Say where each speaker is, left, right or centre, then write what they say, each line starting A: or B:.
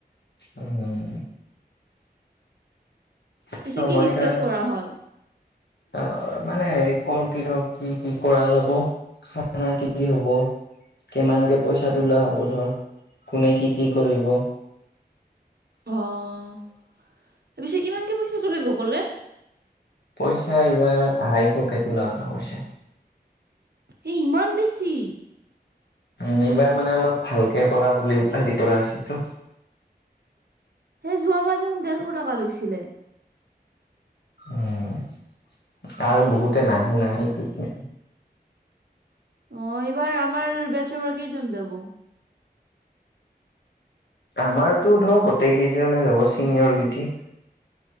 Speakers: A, on the left; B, on the right.
A: উম।
B: পিছে
A: ত
B: কি
A: মই
B: ডিচকাছ
A: সেইকাৰণে,
B: কৰা হ'ল
A: আহ মানে কৰ কি ধৰ, কি কি কৰা যাব, খানা কি কি হব, কিমানকে পইচা তোলা হব, ধৰ কোনে কি কি কৰিব।
B: অ' পিছে কিমানকে পইচা চলিব কলে?
A: পইচা এবাৰ আঢাইশ কে টোলা হৈছে।
B: এ ইমান বেছি।
A: নবাৰ মানে অলপ ভালকে কৰা বুলি হেৰি কৰা হৈছেতো।
B: সেই যোৱ মাৰ দেখোন দেৰশ টকা লৈছিলে।
A: উম আৰু বহুতে নাহে নাহ সেইটো
B: অ এইবাৰ আমাৰ বেচৰ বা কেইজন যাব?
A: আমাৰতো ধৰ গোটেই কেইদৱজনে যাব‌, চিনিয়ৰ কিটি।